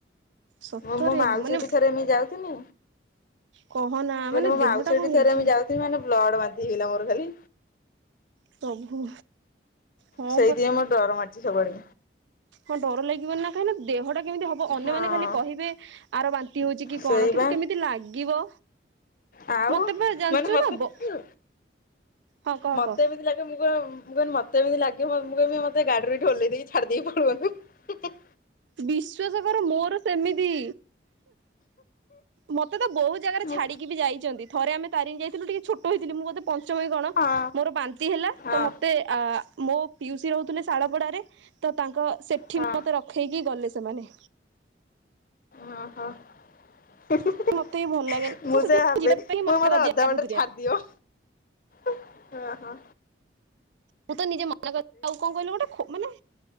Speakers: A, on the right (about 80°); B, on the left (about 50°).
A: ସତରେ
B: ମୁଁ ମୋ ମାଉସୀ
A: ମାନେ
B: ଘଟିକି ଥରେ ଏମିତି ଯାଉଥିନି
A: କହନା ମାନେ
B: ବୋଇଲେ ମୈ
A: ଦେହଟା
B: ମାଉସୀ ଘଟି
A: କଣ ହେଇଛି
B: ଥରେ ଏମିତି ଯାଉଥିମି ମାନେ ଲଡ ବାନ୍ତି ହେଇଗଲା ମୋର ଖାଲି।
A: ପ୍ରଭୁ ହଁ
B: ସେଇଥିପାଇଁ ମୋତେ ଡର ମାଡୁଚି ସବୁଆଡେ।
A: ଆଉ ଡର ଲାଗିବନି ନା କାହିଁକି ନା ଦେହଟା କେମିତି ହବ ଅନ୍ୟମାନୋନ
B: ହଁ
A: ଖାଲି କହିବେ ଆର ବାନ୍ତି ହୋଉଚି କି
B: ସେଇ
A: କଣ କିନ୍ତୁ
B: ବା
A: କେମିତି ଲାଗିବ।
B: ଆଉ
A: ମତେ ବା ଜାଣିଛୁ
B: ମାନେ ମତେ
A: ନା
B: <unintelligible>
A: ବ ହଁ କହ
B: ମତେ
A: କହ
B: ଏମିତି ଲାଗେ ମୁଁ କଣ ମୁଁ କହିଲି ମତେ ଏମିତି ଲାଗିବ। ମୁଁ କହମି ମତେ ଗାଡିରୁ ଓହ୍ଲେଇ ଦେଇକି ଛାଡି ଦେଇକି ପଳୁଅନ୍ତେ।
A: ବିଶ୍ୱାସ କର ମୋର ସେମିତି। ମତେ ତ ବହୁତ ଜାଗାରେ
B: ମୁଁ
A: ଛାଡିକି ବି ଯାଇଚନ୍ତି ଥରେ ଆମେ ତାରିଣୀ ଯାଇଥିଲୁ ଟିକେ ଛୋଟ ହେଇଥିଲି। ମୁଁ ବୋଧେ ପଞ୍ଚମ କି କଣ
B: ହଁ
A: ମୋର ବାନ୍ତି ହେଲା
B: ହଁ
A: ତ ମତେ ଆ ମୋ ପିଉସି ରହୁଥିଲେ ଶାଳପଡାରେ ତ ତାଙ୍କ ସେଠି
B: ହଁ।
A: ମତେ ର ଲି ଗଲେ ସେମାନେ।
B: ଅ ହ। <unintelligible>
A: ମତେ ବି ଭଲ ଲାଗେନି
B: ମୁଁ
A: ତ ସେଥିପାଇଁ
B: ସେୟା ଭାବେ
A: ଯିବା
B: ମୁଁ
A: ପାଇଁ ମନା
B: <unintelligible> ମତେ
A: କରିଦିଏ
B: ଅଧା
A: ଆଗତୁରିଆ
B: ବାଟରେ ଛାଡିଦିଅ। <unintelligible> ହଁ ହଁ।
A: ମୁଁ ତ ନିଜେ ମନା <inaudible> ଆଉ କଣ କହିଲ ଗୋଟେ ଖ ମାନେ